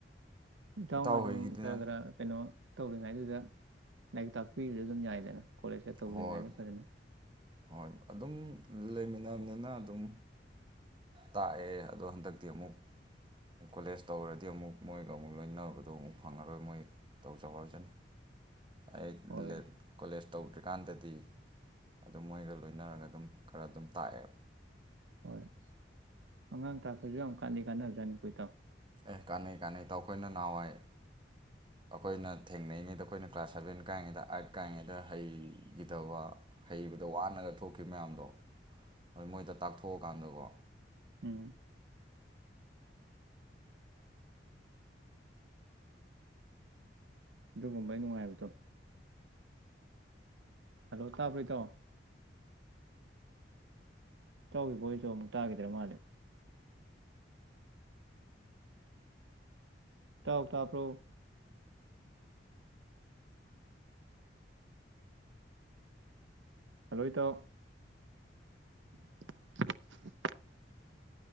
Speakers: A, on the right; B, on the right.
A: ꯏꯇꯥꯎꯅ
B: ꯏꯇꯥꯎ
A: ꯑꯗꯨꯝ
B: ꯍꯣꯏꯒꯤꯗꯨꯅ
A: ꯈꯔ ꯈꯔ ꯀꯩꯅꯣ ꯇꯧꯔꯤ ꯍꯥꯏꯗꯨꯗ ꯂꯥꯏꯔꯤꯛ ꯇꯥꯛꯄꯤꯔꯁꯨ ꯑꯗꯨꯝ ꯌꯥꯏꯗꯅ ꯀꯣꯂꯦꯖ ꯍꯦꯛ ꯇꯧꯗ꯭ꯔꯤꯉꯩꯗ
B: ꯍꯣꯏ
A: ꯐꯖꯅ
B: ꯍꯣꯏ ꯑꯗꯨꯝ ꯂꯩꯃꯤꯟꯅꯕꯅꯤꯅ ꯑꯗꯨꯝ ꯇꯥꯛꯑꯦ ꯑꯗꯣ ꯍꯟꯗꯛꯇꯤ ꯑꯃꯨꯛ ꯀꯣꯂꯦꯖ ꯇꯧꯔꯗꯤ ꯑꯃꯨꯛ ꯃꯣꯏꯒ ꯑꯃꯨꯛ ꯂꯣꯏꯅꯕꯗꯣ ꯑꯃꯨꯛ ꯐꯪꯉꯔꯣꯏ ꯃꯣꯏ ꯇꯧꯖꯍꯧꯔꯖꯅꯤ꯫ ꯑꯩꯠ
A: ꯍꯣꯏ
B: ꯂꯦꯠ ꯀꯣꯂꯦꯖ ꯇꯧꯗꯔ꯭ꯤ꯫ ꯀꯥꯟꯗꯗꯤ ꯑꯗꯨꯝ ꯃꯣꯏꯒ ꯂꯣꯏꯅꯔꯒ ꯑꯗꯨꯝ ꯈꯔ ꯑꯗꯨꯝ ꯇꯥꯛꯑꯦ
A: ꯍꯣꯏ ꯑꯉꯥꯡ ꯇꯥꯛꯄꯁꯨ ꯌꯥꯝ ꯀꯥꯟꯗꯤ ꯀꯥꯅꯕꯖꯥꯠꯅꯤꯀꯣ ꯏꯇꯥꯎ꯫
B: ꯑꯦ ꯀꯥꯟꯅꯩ-ꯀꯥꯟꯅꯩ ꯏꯇꯥꯎ ꯑꯩꯈꯣꯏꯅ ꯅꯍꯥꯟꯋꯥꯏ ꯑꯈꯣꯏꯅ ꯊꯦꯡꯅꯔꯤꯉꯩꯗ ꯑꯩꯈꯣꯏꯅ ꯀ꯭ꯂꯥꯁ ꯁꯚꯦꯟ ꯀꯥꯏꯉꯩꯗ ꯑꯥꯏꯠ ꯀꯥꯏꯉꯩꯗ ꯍꯩꯈꯤꯗꯕ ꯍꯩꯕꯗꯣ ꯋꯥꯅꯒ ꯊꯣꯛꯈꯤ ꯃꯌꯥꯝꯗꯣ ꯍꯣꯏ ꯃꯣꯏꯗ ꯇꯥꯛꯊꯣꯛ ꯀꯥꯟꯗꯀꯣ
A: ꯎꯝ ꯑꯗꯨꯒꯨꯝꯕꯩ ꯅꯨꯡꯉꯥꯏꯕꯗꯣ ꯍꯜꯂꯣ ꯇꯥꯕ꯭ꯔ ꯏꯇꯥꯎ꯫ ꯏꯇꯥꯎꯒꯤ ꯚꯣꯏꯁꯇꯣ ꯑꯃꯨꯛ ꯇꯥꯈꯤꯗ꯭ꯔ ꯃꯥꯜꯂꯦ꯫ ꯏꯇꯥꯎ ꯇꯥꯕ꯭ꯔꯣ ꯍꯂꯣ ꯏꯇꯥꯎ꯫ <inaudible>